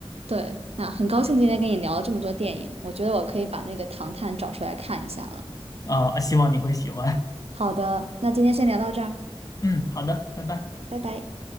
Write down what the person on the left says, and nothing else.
啊、希望你会喜欢。
嗯，好的，拜拜。